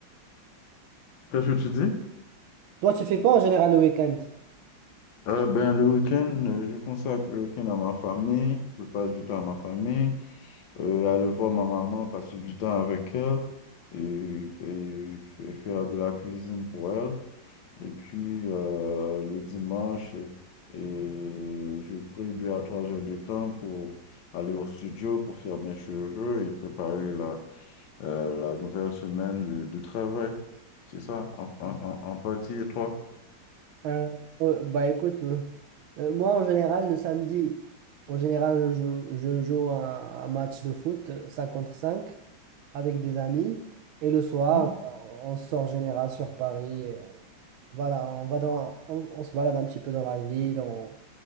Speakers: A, on the left (about 70°); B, on the right (about 80°).
A: Qu'est-ce que tu dis?
B: Toi, tu fais quoi en général le week-end?
A: Euh, ben, le week-end, euh, je consacre le week-end à ma famille, je passe du temps à ma famille, euh, aller voir ma maman, passer du temps avec elle et, et- et faire de la cuisine pour elle. Et puis euh, le dimanche, euh, je prie deux à trois heures de temps pour aller au studio pour faire mes cheveux et préparer la, euh, la nouvelle semaine de, de travail. C'est ça, en, en, en en partie, et toi?
B: Euh, euh, bah écoute, euh, euh, moi en général, le samedi, en général, je joue, je joue un, un match de foot, euh, 5 contre 5 avec des amis. Et le soir,
A: Mhm.
B: euh, on sort en général sur Paris. euh, Voilà, on va dans, on, on se balade un petit peu dans la ville. On,